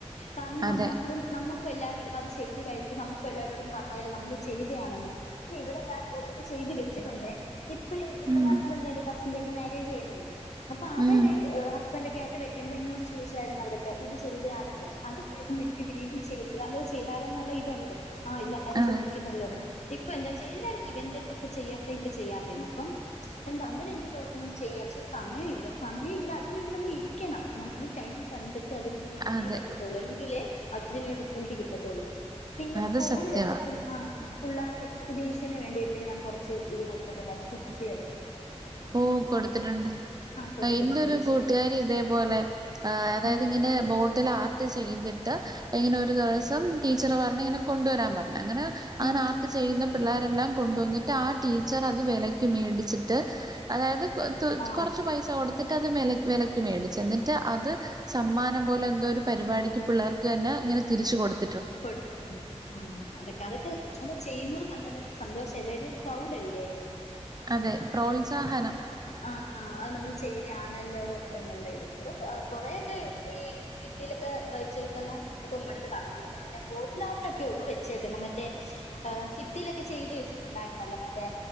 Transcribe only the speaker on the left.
കാരണം
നമ്മളും നമ്മക്കും എല്ലാവറിടുബോ അത് ചെയ്ത് കഴിഞ്ഞിട്ട് നമുക്കും എല്ലാവരോടും പറയാല്ലോ നമ്മള് ചെയ്തെയാണെന്ന് പക്ഷെ ഇവിടെ ഞാൻ ഇത് ചെയ്തു വെ- - ച്ചിട്ടുണ്ടെ ഇപ്പാഴും ഇപ്പ
ഞാൻ എന്റെ കസിന്റെ ഒക്കെ മാരേജ് കഴിഞ്ഞെന്ന് അപ്പൊ അവര്
ഹസ് ബന്റ് ഒക്കെ ആയിട്ട് വരുമ്പോ എന്നോട് ചോദിച്ചായിരുന്നു അവരൊക്ക ഇത് ചെയ്തെ ആരാന്ന് അത് കേൾക്കുമ്പോ എനിക്ക് വീണ്ടും ചെയ്താലോ ചെയ്താലോ എന്നുള്ള ഇതുണ്ട് ആഹ് എല്ലാരും
ചോദി നല്ലോന്ന് ഇപ്പൊ എന്താ ചെയ്യ് എല്ലാരും - എന്തെ ഇപ്പാ ചെയ്യാത്തെ ഇപ്പ ചെയ്യാത്തന്ന് അപ്പം എന്താേരം എനിക്ക് തോന്നും ചെയ്യാം പക്ഷെ സമയമില്ല സമയില്ല അതിന് വേണ്ടി നമ്മൾ ഇരിക്കണം നമ്മള് ടൈം കണ്ടെ- അതിന് വണ്ടി ഇരുന്നേ
പറ്റത്തുള്ളൂ എങ്കിലേ അതിനരു റിസൾട്ട് കിട്ടത്തൊള്ളൂ പിന്നെ
സ്കൂളിലൊക്കെ-
ആ പിള്ളേർക്ക് എക്സിബിഷന് വേണ്ടിയിട്ട് ഞാൻ കുറച്ച് ഇത് കൊടുത്തിട്ടുണ്ടായിരുന്നു കുപ്പിയാള്
കൊടുത്തിട്ടുണ്ട്
ഉം
ഉം
ആ
കൊടുത്ത് ആ അതൊക്കെ അതൊക്കെ ചെയ്യുന്നർക്ക്അന്നൊരു സന്തോഷല്ലേ ഒരു പ്രൗഡല്ലേ
ആ അത് നമ്മൾ ചെയ്തയാണല്ലോ എന്നുള്ള ഇത് ഇവിടെ കൊറേക്കെ ഈ - ഭിത്തിലേക്കെ വെച്ചേക്കുന്ന ഉമ്മ എടുത്ത് കാളാഞ്ഞ്ന്ന് ബോട്ടിലാർട്ടൊക്കെ ഉള്ളൂ വെച്ചേക്കുന്നത് മറ്റേ ഫിത്തിയിലൊക്കെ ചെയ്ത് വെച്ചിട്ടുണ്ടായിരുന്നല്ലോ മറ്റേ